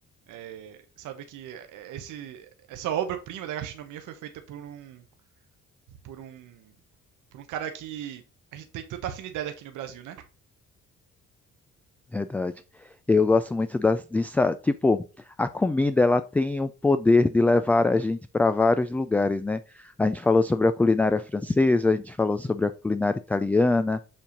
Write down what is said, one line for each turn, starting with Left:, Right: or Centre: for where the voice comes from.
Right: é, saber que esse, essa obra-prima da gastronomia foi feita por um, por um por um cara que a gente tem tanta afinidade aqui no Brasil, né?
Centre: Verdade. Eu gosto muito das, disso. Tipo, a comida, ela tem o poder de levar a gente para vários lugares, né? A gente falou sobre a culinária francesa, a gente falou sobre a culinária italiana,